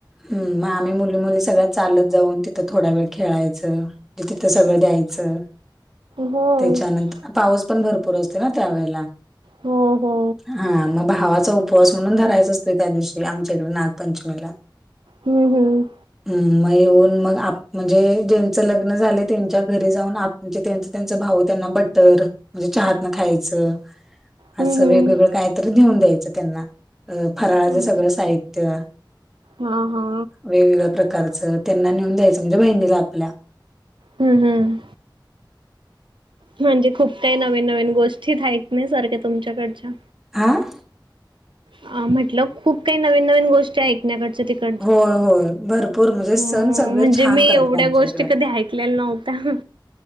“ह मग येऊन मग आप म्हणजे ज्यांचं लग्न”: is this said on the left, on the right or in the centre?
Centre